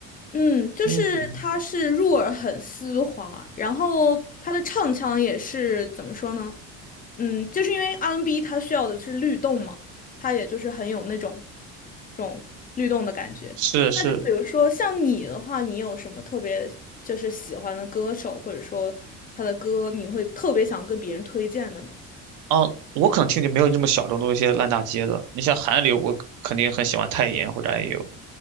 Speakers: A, on the left; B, on the right.
A: 嗯，就是它是入耳很丝滑，
B: 嗯哼，
A: 然后它的唱腔也是怎么说呢？嗯，就是因为 R&B n 它需要的是律动嘛，它也就是很有那种这种律动的感觉。
B: 是是，
A: 那就比如说像你的话，你有什么特别就是喜欢的歌手，或者说他的歌你会特别想跟别人推荐的呢？
B: 啊，我可能听就没有你这么小众，都是一些烂大街的。你像韩流，我肯定很喜欢泰妍或者 IU，